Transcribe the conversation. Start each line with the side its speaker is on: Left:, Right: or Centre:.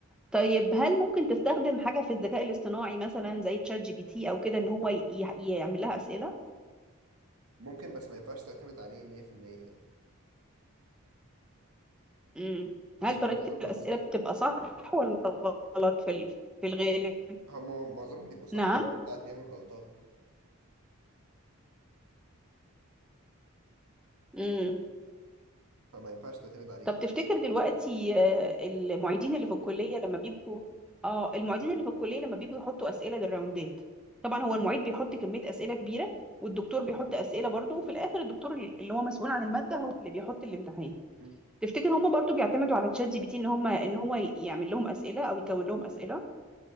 Centre: طيب هل ممكن تستخدم حاجة في الذكاء الاصطناعي مثلا زي تشات جي بي تي أو كده إن هو ي- ي- يعمل لها أسئلة
Right: ممكن بس ما ينفعش تعتمد عليه 100% يعني
Centre: مم.
Right: عشان
Centre: هل طريقة
Right: بيعمل
Centre: الأسئلة
Right: غلطات
Centre: بتبقى صح ولا غلط في ال- في الغالب؟
Right: هما معظمهم بيبقوا صح
Centre: نعم
Right: بس هو ساعات بيعمل غلطات
Centre: مم.
Right: فما ينفعش تعتمد عليه
Centre: طب
Right: يعني.
Centre: تفتكر دلوقتي آه، المعيدين اللي في الكلية لما بيبقوا اه المعيدين اللي في الكلية لما بيجوا يحطوا أسئلة للراوندات طبعا هو المعيد بيحط كمية أسئلة كبيرة والدكتور بيحط أسئلة برضه وفي الآخر الدكتور اللي هو مسؤول عن المادة هو اللي بيحط الامتحان
Right: مم.
Centre: تفتكر هم برضه بيعتمدوا على تشات جي بي تي ان هم ان هو يعمل لهم أسئلة او يكون لهم أسئلة